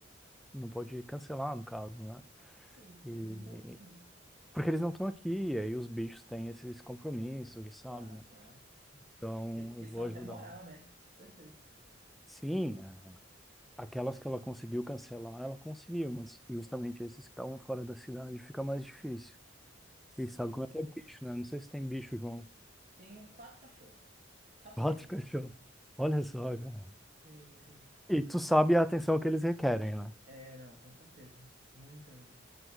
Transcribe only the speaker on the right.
Sim, porque
eles não estão aqui, né?
Claro,
claro.
Que, questão
até
moral, né? Com certeza.
Sim,
sim.
Tenho quatro cachorros aqui.
Quatro
fêmeas.
Sim, sim.
É, não, com certeza. Muita mesmo.